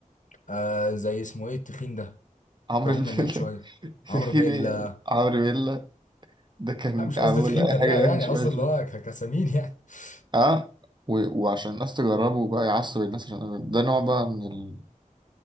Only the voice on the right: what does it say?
عمرو
بيلا
<laughs>
تخيل
إيه يعني؟ عمرو بيلا ده كان
عامل
أي
حاجة
وحش
وحش
وحش
أه و... وعشان الناس تجربه بقى يعصب الناس عشان ده نوع بقى من ال...